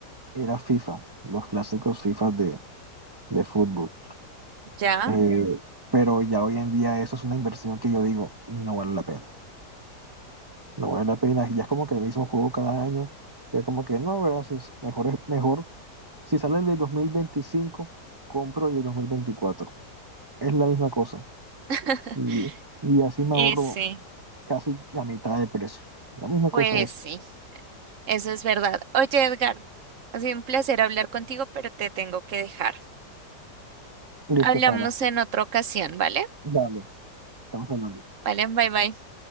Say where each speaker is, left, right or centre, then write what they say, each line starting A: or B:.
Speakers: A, on the right (about 20°); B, on the right (about 50°).
A: era FIFA, los clásicos FIFA de, de fútbol.
B: ya.
A: Eh, pero ya hoy en día eso es una inversión que yo digo, no vale la pena, no vale la pena. Ya es como que el mismo juego cada año, ya como que no, gracias, mejor es mejor. Si sale el de 2025, compro el de 2024. Es la misma cosa.
B: <laughs>
A: Y, y así me
B: Y
A: ahorro
B: sí,
A: casi la mitad del precio. La misma
B: pues
A: cosa es.
B: sí. Eso es verdad. Oye, Edgar, ha sido un placer hablar contigo, pero te tengo que dejar.
A: Listo,
B: Hablamos
A: Sara.
B: en otra ocasión, ¿vale?
A: Dale, estamos hablando.
B: Vale, bye bye.